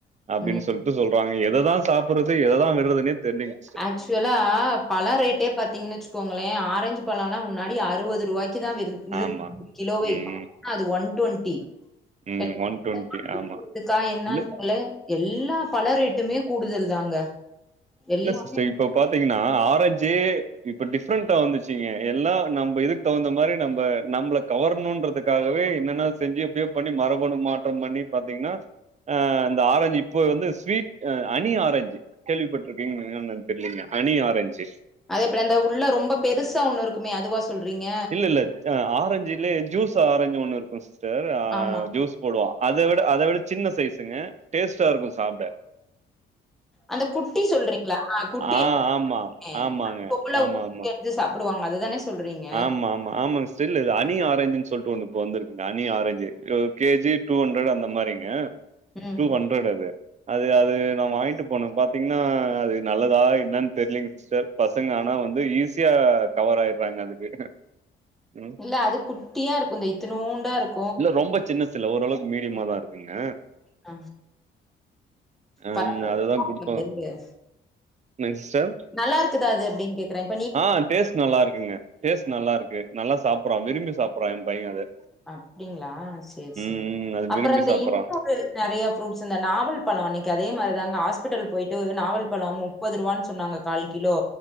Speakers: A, on the right (about 35°); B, in the centre.
A: அப்படின்னு
B: உம்
A: சொல்லிட்டு சொல்றாங்க எததான் சாப்பிடுறது எததான் விடுறதுன்னே தெரியுங்க
B: ஆக்சுவலா பல ரேட்டே பத்த பாத்தீங்கன்னு வச்சுக்கோங்களேன் ஆரஞ்சு பழம்ல்லாம் முன்னாடி அறுபது ரூபாய்க்கு தான்
A: ஆமா
B: கிலோ
A: ம்
B: அது ஒன் டுவெண்டிதுக்கா
A: ம் ஒன் டுவெண்ட்டி ஆமா
B: என்னு
A: இல்ல
B: சொ எல்லா பல ரேட்டுமே கூடுதல் தாங்க எல்லா
A: ச இப்ப பாத்தீங்கன்னா ஆரஞ்சு இப்ப டிஃப்ரெண்டா வந்துச்சுங்க எல்லா நம்ம இதுக்கு தகுந்த மாதிரி நம்ம நம்ம கவரணும்ன்றதுக்காகவே என்னென்னா செஞ்சு எப்படியோ பண்ணி மரபணு மாற்றம் பண்ணி பாத்தீங்கன்னா ஆ இந்த ஆரஞ்சு இப்போ வந்து ஸ்வீட் ஹனி ஆரஞ்சு கேள்விப்பட் டிருக்கிங்களா என்னன்னு தெரியலீங்க ஹனி ஆரஞ்சு
B: அதே போல அந்த உள்ள ரொம்ப பெருசா ஒண்ணு இருக்குமே அதுவா சொல்றீங்க
A: இல்ல இல்ல ஆரஞ்சுலையே ஜூஸ் ஆரஞ்சு ஒண்ணு இருக்கும் சிஸ்டர்
B: ஆமா.
A: ஜூஸ் போடுவா அத விட அத விட சின்ன சைஸுங்க டேஸ்ட்டா இருக்கும் சாப்பிட
B: அந்த குட்டி சொல்றீங்களா குட்டி
A: ஆ
B: யா
A: ஆமா
B: இருக்குமே
A: ஆமாங்க ஆமா
B: <inaudible>
A: ஆமா
B: இது சாப்டுவாங்க அதுதானே சொல்றீங்க?
A: ஆமா ஆமா ஆமாங்க சிஸ்டர் இல்ல இது ஹனி ஆரஞ்சுன்னு சொல்லிட்டு ஒண்ணு இப்ப வந்திருக்குங்க ஹணி ஆரஞ்சு ஒரு கேஜி டூ ஹண்ட்ரட் அந்த மாரிங்க
B: ம்.
A: டூ ஹண்ட்ரட் அது அது அது நா வாங்கிட்டு போன பாத்தீங்கன்னா அது நல்லதா என்னன்னு தெரியலீங்க சிஸ்டர் பசங்க ஆனா வந்து ஈஸியா கவர் ஆய்றாங்க அதுக்கு ம்
B: இல்ல அது குட்டியா இருக்கும் இந்த இத்தநூண்டா இருக்கும்
A: இல்ல ரொம்ப சின்னசு இல்ல ஓரளவுக்கு மீடியமா தான் இருக்குங்க
B: ஆ
A: ஆமா
B: பரவால்ல.
A: அதுதான் குடுப்பாங்க என்னங்க சிஸ்டர்
B: நல்லா இருக்குதா அது அப்டின் கேக்குறேன்க
A: ஆ டேஸ்ட் நல்லா இருக்குங்க டேஸ்ட் நல்லா இருக்கு நல்லா சாப்ட்றான் விரும்பி சாப்ட்டுறான் என் பையன் அத
B: அப்டிங்களா சேரி
A: ம்,
B: சேரி
A: ம். அது
B: அப்புறம்
A: விரும்பி
B: அந்த
A: சாப்புட்றான்.
B: இன்னொரு நிறையா ஃப்ரூட்ஸ் இந்த நாவல் பழம் அன்னைக்கு அதே மாதிரிதாங்க ஹாஸ்பிடல் போயிட்டு நாவல் பழம் முப் முப்பது ரூவான்னு சொன்னாங்க கால் கிலோ